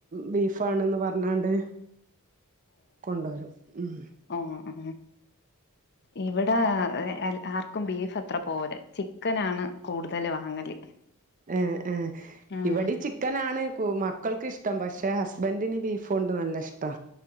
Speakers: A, on the right; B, on the left.
A: ബീഫ ആണ്ന്ന് പറഞ്ഞാണ്ട് കൊണ്ടരും ഉം
B: ആഹ് ആഹ് ഇവിടെ ആർക്കും ബീഫ് അത്ര പോര ചിക്കനാണ് കൂടുതൽ വാങ്ങല് <inaudible>
A: ഏഹ് ഏഹ്
B: ഉം
A: ഇവിടെ ച ച്ചിക്കനാണ് മക്കൾക്ക്ഷ്ടം പക്ഷെ ഹസ്ബൻഡിന് ബീഫുണ്ട് നല്ല ഇഷ്ട്ടാ